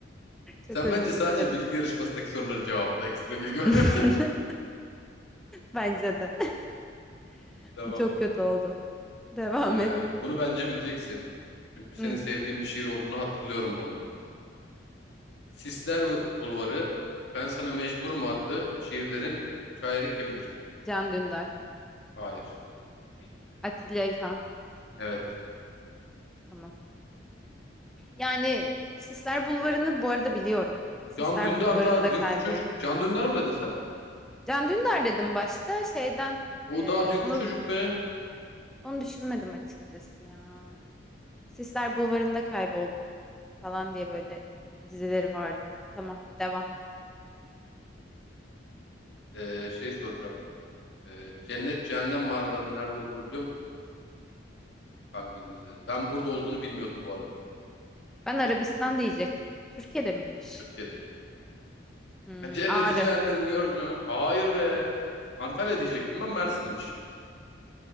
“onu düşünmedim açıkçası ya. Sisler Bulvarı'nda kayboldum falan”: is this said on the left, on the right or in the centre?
Centre